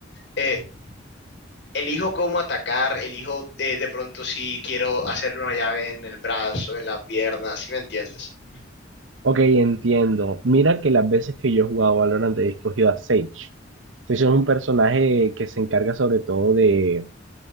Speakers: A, on the left (about 65°); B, on the right (about 85°).
A: eh, elijo cómo atacar, elijo eh, de pronto si quiero hacerle una llave en el brazo, en la pierna, si me entiendes?
B: Ok, entiendo. Mira que las veces que yo he jugado Valorant he escogido a Sage. Sage es un personaje que se encarga sobre todo de,